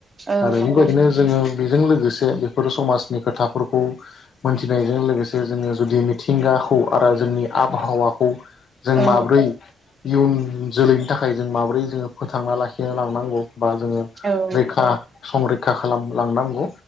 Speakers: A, on the right; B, on the left.
A: औ
B: आरो
A: नंगौ
B: बेबायदिनो जोंङो बेजों लोगोसे बेफोर समाजनि खोथाफोरखौ मोनथिनायजों लोगोसे जोंङो जुदि मिथिंगाखौ आरो जोंनि आबहावाखौ जों
A: औ
B: माब्रै इयुन जोलैनि थाखाय जों माबोरै जोंओ फोथांना लाखिनो लांनांगौ बा जोंङो
A: औ
B: रैखा। संरैखा खालामलांनांगौ